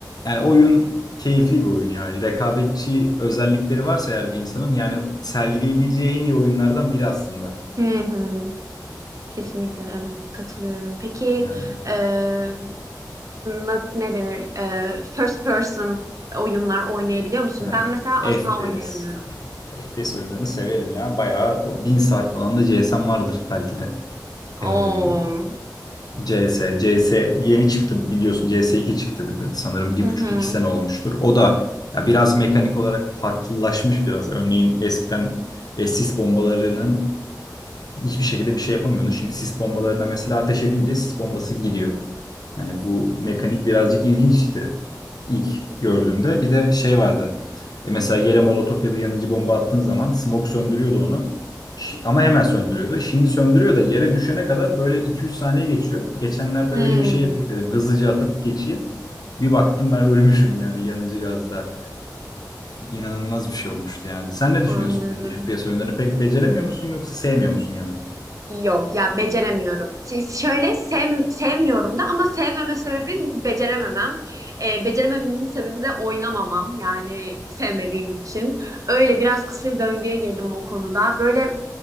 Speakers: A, on the left; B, on the right.
A: yani oyun keyifli bir oyun yani. Rekabetçi özellikleri varsa eğer bir insanın yani sergileyebileceği en iyi oyunlardan biri aslında.
B: Hı hı. Kesinlikle evet katılıyorum. Peki
A: Yani,
B: eee, na- ne denir? Eee, first person oyunlar oynayabiliyor musun?
A: yani
B: Ben mesela
A: FPS.
B: asla oynayamıyorum.
A: FPS oyunlarını severim ya. Bayağı o bin saat falan da CS'm vardır belki de.
B: Oo.
A: Ee, CS, CS yeni çıktı biliyorsun. CS2 çıktı bir de sanırım bir
B: Hı
A: buçuk
B: hı.
A: iki sene olmuştur. O da ya biraz mekanik olarak farklılaşmış biraz. Örneğin eskiden e, sis bombalarının hiçbir şekilde bir şey yapamıyordun. Şimdi sis bombalarına mesela ateş edince sis bombası gidiyor. Yani bu mekanik birazcık ilginçti ilk gördüğümde. Bir de şey vardı. E, mesela yere molotof ya da yanıcı bomba attığın zaman smoke söndürüyordu onu. Şi- Ama hemen söndürüyordu. Şimdi söndürüyor da yere düşene kadar böyle iki üç saniye geçiyor. Geçenlerde
B: Hmm,
A: öyle bir şey yapayım dedim. Hızlıca atıp geçeyim. Bir baktım ben ölmüşüm yani yanıcı gazda. İnanılmaz bir şey olmuştu yani. Sen ne düşünüyorsun
B: anladım.
A: peki? FPS oyunlarını pek beceremiyor musun yoksa sevmiyor musun yani?
B: Yok ya beceremiyorum. Ş- Şöyle sev, sevmiyorum da ama sevmeme sebebim becerememem. Eee beceremememin sebebi de oynamamam. Yani sevmediğim için. Öyle biraz kısır döngüye girdim o konuda. Böyle